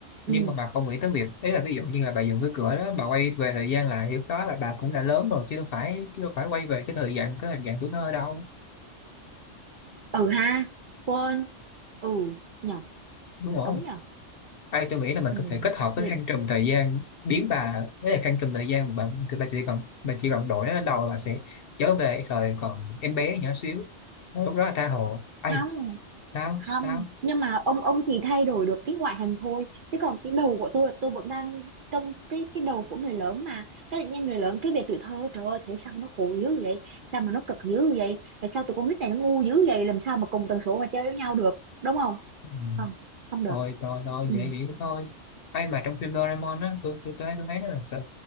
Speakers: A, on the left; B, on the right.
A: nhưng
B: ừ
A: mà bà không nghĩ tới việc ấy là ví dụ như là bà dùng cái cửa đó bà quay về thời gian lại thì lúc đó là bà cũng đã lớn rồi chứ đâu phải chứ đâu phải quay về cái thời gian cái hình dạng tuổi thơ đâu
B: ừ ha quên ừ nhở
A: đúng rồi
B: đúng nhở
A: hay tôi nghĩ là mình
B: Ừ,
A: có thể kết hợp với
B: thì
A: khăn trùm thời gian biến bà với lại khăn trùm thời gian mà bạn bà chỉ cần bà chỉ cần đổi nó lên đầu là sẽ trở về thời còn em bé nhỏ xíu Rồi lúc đó là tha hồ ai
B: không
A: sao
B: không
A: sao
B: nhưng mà ông ông chỉ thay đổi được cái ngoại hình thôi chứ còn cái đầu của tôi là tôi vẫn đang trong cái cái đầu của người lớn mà cái tự nhiên người lớn cái về tuổi thơ trời ơi thấy sao mà nó khổ dữ vậy sao mà nó cực dữ vậy tại sao tụi con nít này nó ngu dữ vậy làm sao mà cùng tần số mà chơi với nhau được đúng không
A: ừ.
B: không không được
A: thôi thôi thôi
B: ừ.
A: vậy vậy thôi ai mà trong phim Doraemon á tôi tôi tới tôi thấy nó là sự